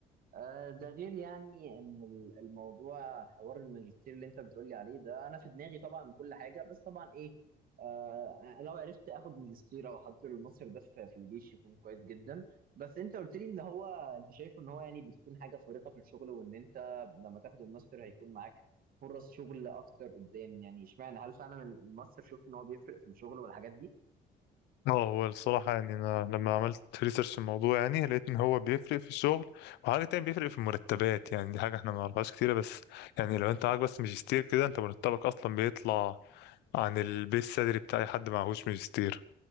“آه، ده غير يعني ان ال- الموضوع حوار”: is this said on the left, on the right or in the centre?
Right